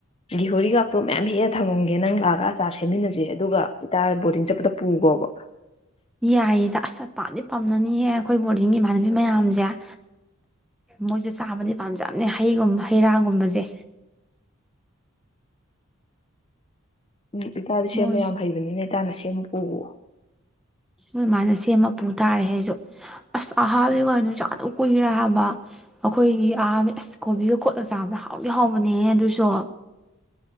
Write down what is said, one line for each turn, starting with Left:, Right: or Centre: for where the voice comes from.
Left: ꯒꯍꯣꯔꯤꯒꯥꯛꯇꯣ ꯃꯌꯥꯝ ꯍꯦꯛꯂ ꯊꯝꯃꯝꯒꯦ ꯅꯪ ꯂꯥꯛꯑꯒ ꯑꯆꯥꯔ ꯁꯦꯝꯃꯤꯟꯅꯁꯦ ꯑꯗꯨꯒ ꯏꯇꯥ ꯕꯣꯔꯗꯤꯡ ꯆꯠꯄꯗ ꯄꯨꯈꯣꯕ
Centre: ꯌꯥꯏꯌꯦꯗ ꯑꯁ ꯄꯥꯗꯤ ꯄꯥꯝꯅꯅꯤꯌꯦꯦ ꯑꯩꯈꯣꯏ ꯕꯣꯔꯗꯤꯡꯒꯤ ꯏꯃꯥꯟꯅꯕꯤ ꯃꯌꯥꯝꯁꯦ ꯑꯁ ꯃꯣꯏꯁꯨꯦ ꯆꯥꯕꯗꯤ ꯄꯥꯝꯖꯕꯅꯦ ꯍꯩꯒꯨꯝꯕ ꯍꯩ ꯔꯥꯒꯨꯝꯕꯁꯦ
Left: ꯎꯝ ꯏꯇꯥꯗꯤ ꯁꯦꯝꯕ
Centre: ꯃꯣꯏꯁꯨ
Left: ꯌꯥꯝ ꯍꯩꯕꯅꯤꯅꯦ ꯇꯥꯟꯅ ꯁꯦꯝ ꯑꯃꯨ ꯎꯎ
Centre: ꯁꯃꯥꯏꯅ ꯁꯦꯝ ꯃ ꯄꯨ ꯇꯥꯔꯦ ꯍꯥꯏ ꯑꯩꯁꯨ ꯑꯁ ꯑꯍꯥꯕꯤꯒ ꯍꯥꯏꯩꯅꯁꯨꯥ ꯑꯗꯨ ꯀꯨꯏꯈꯔꯦ ꯍꯥꯏꯕ ꯑꯩꯈꯣꯏꯒꯤ ꯑꯍꯥꯕꯤ ꯑꯁ ꯀꯣꯕꯤꯒ ꯈꯣꯠꯂ ꯆꯥꯕꯗ ꯍꯥꯎꯗꯤ ꯍꯥꯎꯕꯅꯦ ꯑꯗꯨꯁꯨ